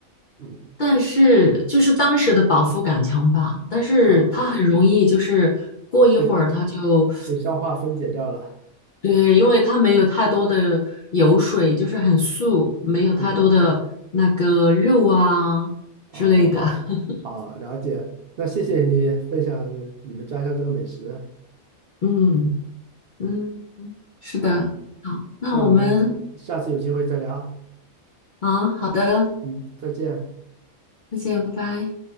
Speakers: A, on the right; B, on the left.
A: 嗯，
B: 但是就是当时的饱腹感强吧，但是它很容易就是过一会儿它就，
A: 啊。对。被消化分解掉了。
B: 对，因为它没有太多的油水，就是很素，没有太多的那个肉啊之类的，
A: 嗯，哦，
B: <laughs>
A: 好，了解。那谢谢你分享你们家乡这个美食。
B: 嗯嗯，是的，
A: 好，
B: 好，那我们
A: 那我们下次有机会再聊。
B: 啊，好的。
A: 嗯，再见。
B: 再见，拜拜。